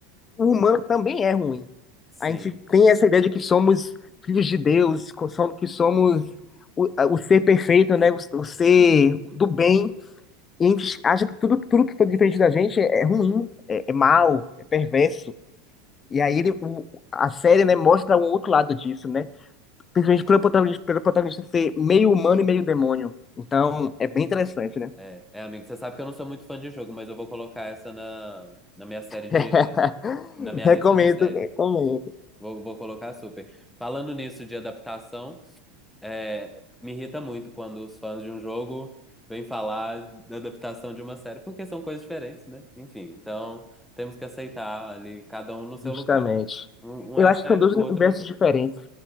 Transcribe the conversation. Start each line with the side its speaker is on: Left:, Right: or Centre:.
Left: o humano também é ruim.
Centre: Sim.
Left: A gente tem essa ideia de que somos filhos de Deus, co- som- que somos o, o ser perfeito, né? O, o ser do bem. E a gente acha que tudo, tudo que está diferente da gente é, é ruim, é, é mau, é perverso. E aí ele, o- a série, né, mostra um outro lado disso, né? Principalmente pelo protagonista, pelo protagonista ser meio humano e meio demônio. Então, é bem interessante, né?
Centre: É, é, amigo, você sabe que eu não sou muito fã de jogo, mas eu vou colocar essa na, na minha série de,
Left: <laughs>
Centre: na minha
Left: Recomendo,
Centre: lista de séries.
Left: recomendo,
Centre: Vou, vou colocar super. Falando nisso de adaptação, é, me irrita muito quando os fãs de um jogo vêm falar da adaptação de uma série, porque são coisas diferentes, né? Enfim, então temos que aceitar ali, cada um no seu
Left: justamente.
Centre: lugar. né? Um,
Left: Eu
Centre: um é
Left: acho
Centre: a série,
Left: que são dois
Centre: o
Left: universos
Centre: outro é o jogo.
Left: diferentes.